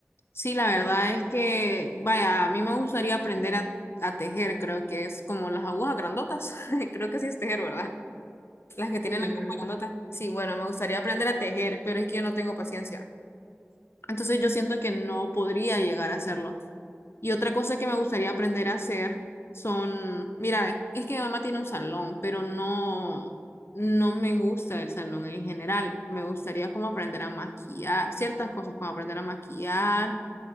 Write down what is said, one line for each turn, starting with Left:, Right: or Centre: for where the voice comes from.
Left: Sí, la verdad es que, vaya, a mí me gustaría aprender a, a tejer, creo que es como las agujas grandotas, <laughs> creo que sí es tejer, ¿verdad? Las que tienen
Right: Sí, yo
Left: las agujas
Right: creo
Left: grandotas. Sí, bueno, me gustaría aprender a tejer, pero es que yo no tengo paciencia. Entonces yo siento que no podría llegar a hacerlo. Y otra cosa que me gustaría aprender a hacer son, mira, es que mi mamá tiene un salón, pero no, no me gusta el salón en general. Me gustaría como aprender a maquillar, ciertas cosas como aprender a maquillar